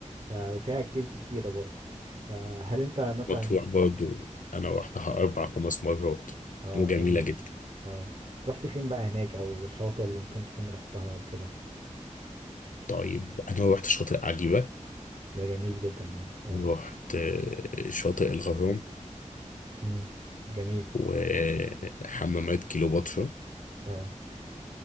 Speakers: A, on the right (about 45°); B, on the left (about 80°).
A: آه، وفيها اكتيفيتي كتيرة برضه فهل انت مثلا
B: مطروح برضو انا روحتها اربع خمس مرات
A: اه
B: وجميلة
A: جميل
B: جدا
A: اه رحت فين بقى هناك او الشواطئ اللي ممكن تكون رحتها او كده
B: طيب انا روحت شاطئ عجيبة
A: ده جميل جدا ده اه
B: رحت شاطئ الغرام
A: امم جميل
B: وحمامات كيلوباترا
A: اه